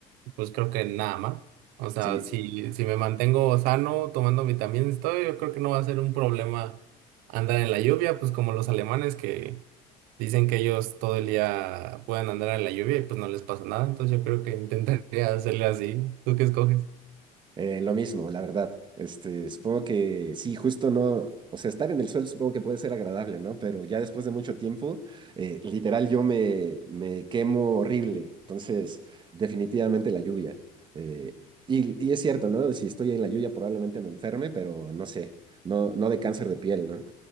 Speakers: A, on the right; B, on the right.
A: pues creo que nada más. O sea,
B: Sí,
A: si, si me mantengo sano, tomando vitaminas y todo, yo creo que no va a ser un problema andar en la lluvia, pues como los alemanes que Dicen que ellos todo el día pueden andar en la lluvia y pues no les pasa nada, entonces yo creo que intentaría hacerle así. ¿Tú qué escoges?
B: Eh, lo mismo, la verdad. Este, supongo que sí, justo no, o sea, estar en el suelo supongo que puede ser agradable, ¿no? Pero ya después de mucho tiempo, eh, literal yo me, me quemo horrible. Entonces, definitivamente la lluvia. Eh, y, y es cierto, ¿no? Si estoy en la lluvia probablemente me enferme, pero no sé, no, no de cáncer de piel, ¿no?